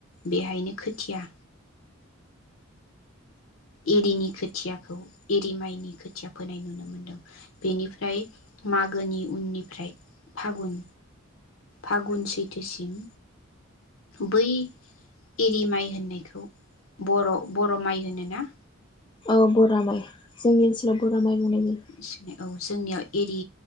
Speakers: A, on the left (about 75°); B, on the left (about 25°).
A: बेहायनो खोथिया एरिनि खोथियाखौ एरि माइनि खोथिया फोनाय नुनो मोन्दों। बेनिफ्राय मागोनि उननिफ्राय फागुन फागुन सैथोसिम बै एरि माइ होन्नायखौ बर' बर' माइ होनोना
B: औ बरा माइ। जोंनि ओन्सोलाव बरा माइ मावनाय होनो।
A: औ जोंनियाव एरि